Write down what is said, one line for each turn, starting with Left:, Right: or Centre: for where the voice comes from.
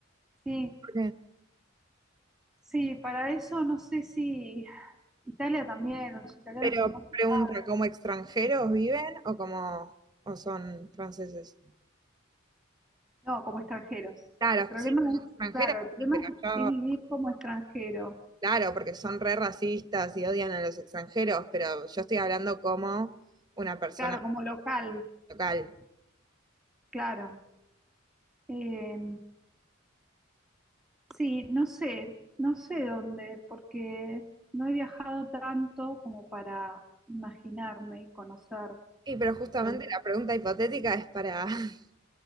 Centre: Sí,
Right: ¿Por qué?
Centre: sí, para eso no sé si Italia también, los italianos
Right: Pero
Centre: son complicados,
Right: pregunta, ¿como extranjeros viven o como o son franceses?
Centre: no, como extranjeros.
Right: Claro,
Centre: El problema
Right: sí,
Centre: es,
Right: extranjeras,
Centre: claro, el problema
Right: sí, pero
Centre: es
Right: yo
Centre: es vivir como extranjero.
Right: Claro, porque son re racistas y odian a los extranjeros, pero yo estoy hablando como una persona
Centre: Claro, como local,
Right: local.
Centre: claro. Eh, sí, no sé, no sé dónde, porque no he viajado tanto como para imaginarme y conocer
Right: Y pero justamente
Centre: dónde.
Right: la pregunta hipotética es para, <laughs>